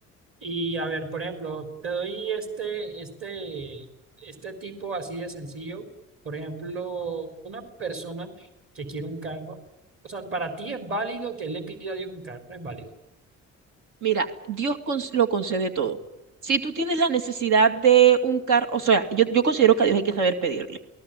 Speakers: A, on the right; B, on the right.
A: Y a ver, por ejemplo, te doy este, este, este tipo así de sencillo. Por ejemplo, una persona que quiere un carro, o sea, para ti es válido que él le pida a Dios un carro, es válido.
B: Mira, Dios cons- lo concede todo. Si tú tienes la necesidad de un carro, o sea, yo, yo considero que a Dios hay que saber pedirle.